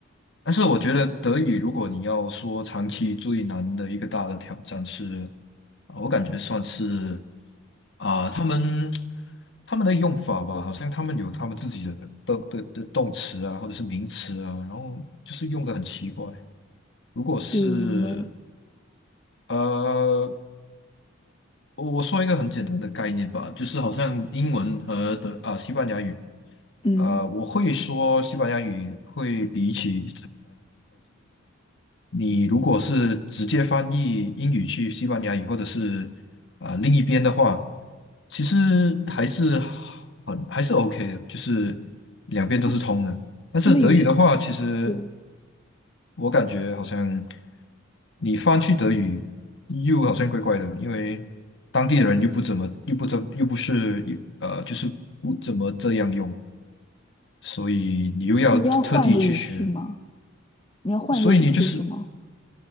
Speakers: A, on the left; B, on the left.
A: 但是我觉得德语，如果你要说长期最难的一个大的挑战是，啊，我感觉算是啊、他们他们的用法吧，好像他们有他们自己的的的的动词啊，或者是名词啊，然后就是用的很奇怪。如果是
B: 比如呢，
A: 呃，我我说一个很简单的概念吧，就是好像英文和德啊、西班牙语，
B: 嗯，
A: 呃，我会说西班牙语会比起。你如果是直接翻译英语去西班牙语，或者是啊、另一边的话，其实还是很还是 OK 的，就是两边都是通的。
B: 哎
A: 但是德语的话，
B: 他们语序，
A: 其实
B: 对，
A: 我感觉好像你翻去德语又好像怪怪的，因为当地的人又不怎么又不怎又不是又呃就是不怎么这样用，所以你又要特地去学，
B: 所以你要换一个语序吗？你要换一个语序是吗？
A: 所以你就是